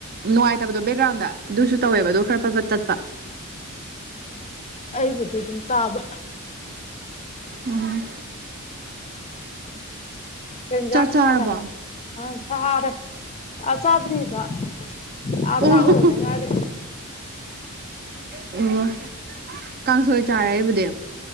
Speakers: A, on the right; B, on the left.
A: ꯅꯨꯡꯉꯥꯏꯇꯕꯗꯣ ꯕꯦꯛꯒ꯭ꯔꯥꯎꯟꯗ ꯑꯗꯨꯁꯨ ꯇꯧꯋꯦꯕ ꯑꯗꯣ ꯈꯔ ꯐꯠ ꯐꯠ ꯇꯠꯄ
B: ꯑꯣ ꯑꯩꯕꯨꯗꯤ ꯑꯗꯨꯝ ꯇꯥꯕ
A: ꯎꯝ
B: ꯀꯩ ꯌꯦꯟꯖꯥꯡ
A: ꯆꯥꯛ ꯆꯥꯔꯕꯣ
B: ꯆꯥꯔꯦ ꯑꯥ ꯆꯥꯔꯦ ꯑꯥ ꯆꯥꯗ꯭ꯔꯤꯕ ꯑꯥ
A: ꯑꯣ
B: ꯆꯥꯛ
A: ꯍꯣ
B: ꯂꯣꯏꯗ
A: ꯍꯣ
B: ꯉꯥꯏꯔꯤ
A: ꯑꯣ ꯀꯥꯡꯁꯣꯏ ꯆꯥꯔꯦ ꯑꯩꯕꯨꯗꯤ